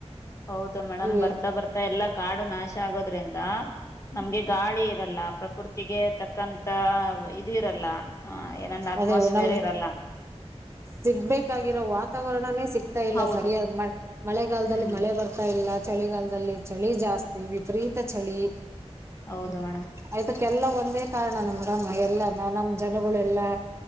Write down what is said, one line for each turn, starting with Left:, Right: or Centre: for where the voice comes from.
Left: ಹೌದು ಮೇಡಮ್
Right: ಇವೆ
Left: ಬರ್ತಾ ಬರ್ತಾ ಎಲ್ಲಾ ಕಾಡು ನಾಶ ಆಗೋದ್ರಿಂದ ನಮ್ಗೆ ಗಾಳಿ ಇರಲ್ಲ ಪ್ರಕೃತಿಗೆ ತಕ್ಕಂತ ಇದು ಇರಲ್ಲ ಏನಂದ ಅಟ್ಮಾಸ್ಫಿಯರ್
Right: ಅದೇ ನಮ್
Left: ಇರಲ್ಲ.
Right: ಸಿಗ್ಬೇಕಾಗಿರೋ ವಾತಾವರಣನೇ ಸಿ ಸಿಗ್ತಾ ಇಲ್ಲ
Left: ಹೌದು
Right: ಸರಿಯಾದ ಮ ಮಳೆಗಾಲದಲ್ಲಿ
Left: ಹ್ಮ್
Right: ಮಳೆ ಬರ್ತಾ ಇಲ್ಲ. ಚಳಿಗಾಲದಲ್ಲಿ ಚಳಿ ಜಾಸ್ತಿ ವಿಪರೀತ ಚಳಿ.
Left: ಹೌದು
Right: ಹ್ಮ್
Left: ಮೇಡಮ್
Right: ಆಯ್ತ. ಎಲ್ಲ ಒಂದೇ ಕಾರಣನ ಮೇಡಮ್ ಎಲ್ಲ ನ ನಮ್ ಜನಗಳೆಲ್ಲಾ